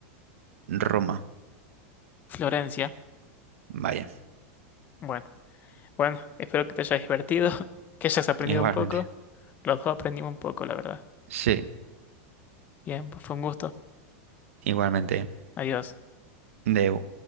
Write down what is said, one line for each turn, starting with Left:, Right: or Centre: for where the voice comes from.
Right: Roma,
Left: Florencia.
Right: vaya,
Left: Bueno. Bueno, espero que te hayas divertido, <laughs> que hayas aprendido
Right: igualmente.
Left: un poco. Los dos aprendimos un poco, la verdad.
Right: Sí,
Left: Bien, pues fue un gusto.
Right: igualmente.
Left: Adiós.
Right: De